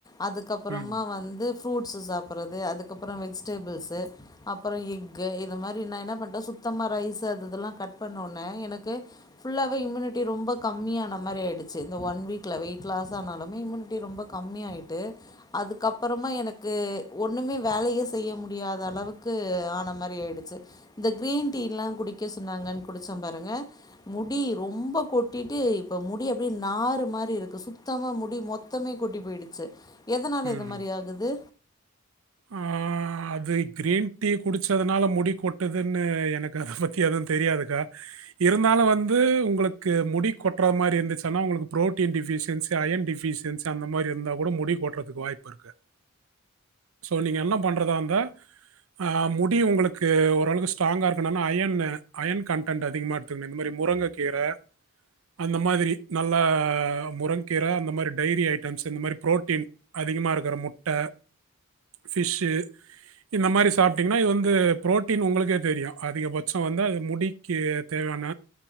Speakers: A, on the left (about 20°); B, on the right (about 70°).
A: அதுக்கப்புறமா
B: ம்,
A: வந்து ஃப்ரூ ஸு சாப்பறது அதுக்கப்பறோ வெஜிடபிள்ஸூ அப்பறம் எஃகு இந்த மாறி நா என்ன பண்ணிட்டே சுத்தமா ரைஸ் அது இதுலா கட் பண்ணிட் இன்னொன்னு எனக்கு ஃபுல்லாவே இம்யூனிட்டி ரொம்ப கம்மியான மாறி ஆயிடுச்சு இந்த ஒன் வீக்ல வெயிட் லாஸ் ஆனாலுமே இம்யூனிட்டி ரொம்ப கம்மியாயிட்டு அதுக்கப்பறமா எனக்கு ஒன்னுமே வேலையே செய்ய முடியாத அளவுக்கு ஆன மாறி ஆயிடுச்சு இந்த கிரீன் டீ லா குடிக்க சொன்னாங்க குடிச்சே பாருங்க முடி ரொம்ப கொட்டிட்டு இப்ப முடி அப்டி நாறு மாதிரி இருக்கு சுத்தமா முடி மொத்தமே கொட்டி போயிடுச்சு எதனால இந்த
B: ம்.
A: மாரி ஆகுது
B: ஆ அது கிரீன் டீ குடிச்சதுனால முடி கொட்டுதுன்னு எனக்கு அத பத்தி எதுவு தெரியாதுக்கா இருந்தாலு வந்து உங்களுக்கு முடி கொட்ற மாரி இருந்துச்சுன்னா உங்களுக்கு ப்ரோட்டீன் டிஃபிஷியன்சி அயன் டிஃபிஷியன்சி அந்த மாரி இருந்தா கூட முடி கொட்றதுக்கு வாய்ப்பு இருக்கு சோ நீங்க என்ன பண்றதா இருந்தா ஆ முடி உங்களுக்கு ஓரளவுக்கு ஸ்ட்ராங்கா இருக்கணுனா அயன்னு அயன் கன்டன்ட் அதிகமா எடுத்துக்கணு இந்த மாரி முருங்கைக்கீர அந்த மாரி நல்லா முருங்கக்கீர அந்த மாரி டைரி ஐட்டம்ஸ் இந்த மாரி புரோட்டீன் அதிகமா இருக்கிற முட்ட பிஷ்ஷு இந்த மாரி சாப்பிட்டீங்கன்னா இது வந்து புரோட்டீன் உங்களுக்கே தெரியு அதிகபட்சம் வந்து அது முடிக்கு தேவையான